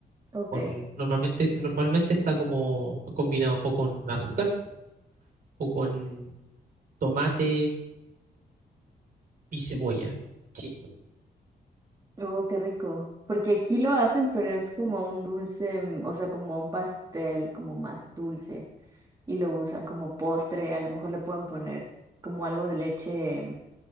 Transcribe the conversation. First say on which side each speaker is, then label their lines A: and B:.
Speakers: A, on the right (about 20°); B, on the right (about 60°).
A: Ok.
B: Con- normalmente, normalmente está como combinado o con azúcar o con tomate y cebolla. Sí.
A: Oh, qué rico. Porque aquí lo hacen, pero es como un dulce, mm, o sea, como un pastel, como más dulce. Y lo usan como postre. A lo mejor le pueden poner como algo de leche, mm,